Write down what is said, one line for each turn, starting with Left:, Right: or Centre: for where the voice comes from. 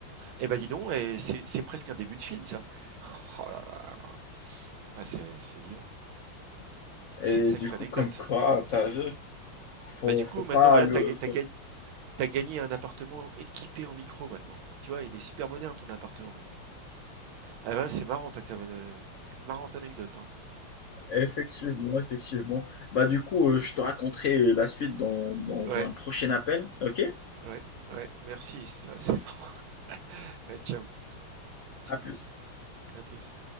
Right: Eh ben, dis donc et c'est c'est presque un début de film ça. Oh là là là. Ah c'est c'est dis donc,
Left: Et
Right: c'est une sacrée
Left: du coup,
Right: anecdote.
Left: comme quoi, t'as vu, faut,
Right: Bah, du coup,
Left: faut pas
Right: maintenant, voilà,
Left: le...
Right: t'as ga tu
Left: Faut...
Right: ga tu gagné un appartement équipé en micro maintenant. Tu vois, il est super moderne ton appartement. Ah ben c'est marrant, tu quand même, heu, marrante anecdote, hein.
Left: Effectivement, effectivement. Bah du coup, euh, je te raconterai la suite dans, dans
Right: Ouais,
Left: un prochain appel, ok?
Right: ouais, ouais, merci, ça c'est marrant. <laughs> Ouais, ciao, ciao.
Left: À plus.
Right: À plus.